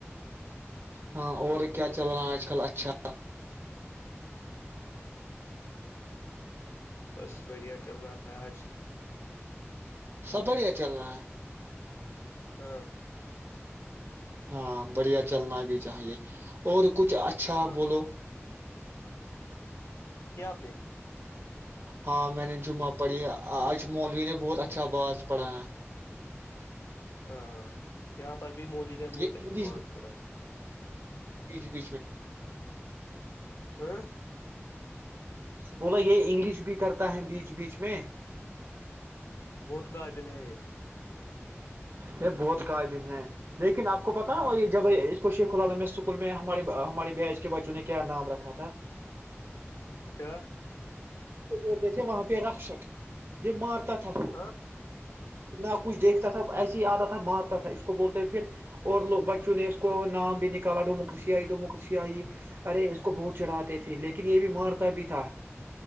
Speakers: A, on the right (about 50°); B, on the left (about 75°).
A: ہاں اور کیا چل رہا آج کل اچھا
B: بس بڑھیا چل رہا ہے آج
A: سب بڑھیا چل رہا ہے
B: ہاں
A: ہاں بڑھیا چلنا بھی چاہیے اور کچھ کچھ اچھا
B: ہاں
A: بولو
B: اپنے
A: ہاں میں نے جمعہ پڑھی اج مولوی نے بہت اچھا باز پڑھا ہے
B: ہاں یہاں پروی مولی نے بہت
A: یہ
B: اچھا
A: انگلش
B: آواز پڑھا
A: بیچ بیچ میں
B: ہاں
A: بولا یہ انگلش بھی کرتا ہے بیچ بیچ میں
B: بہت قابل ہیں
A: یہ بہت قائب ہیں لیکن آپ پتا ہے اور یہ جب
B: ہاں
A: اس کو شیخ اللاعال میں سو اسکول میں ہمارے ہمارے بج کے بچوں نے کیا نام رکھا تھا
B: کیا
A: بتے تھے وہاں پہ رکشک یہ مارتے ت تو
B: ہاں
A: نہ کچھ دیکھتا ب ایسے ہی آتا تھا مارتا تھا اس کو بولتے پھر اور لوگ بچوں نے اس کو نام بھی نکالا ڈوموکریسی آئی ڈوموکریسی آئی ارے اس کو بہت چڑھاتے تھے لیکن یہ بھی مارتا بھی تھا